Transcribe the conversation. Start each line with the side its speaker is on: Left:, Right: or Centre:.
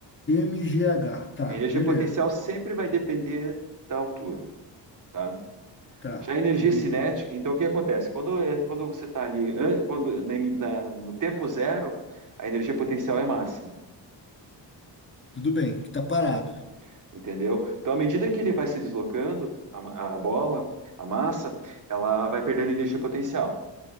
Left: m g h tá,
Right: A energia
Left: beleza.
Right: potencial sempre vai depender da altura, tá?
Left: Tá,
Right: Já a energia
Left: E De-
Right: cinética, então o que acontece? Quando, é, quando você está ali, an- quando, na- na- no tempo zero, a energia potencial é máxima.
Left: tudo bem, que tá parado.
Right: tá? Entendeu? Então, à medida que ele vai se deslocando, a, a bola, a massa, ela vai perdendo energia potencial.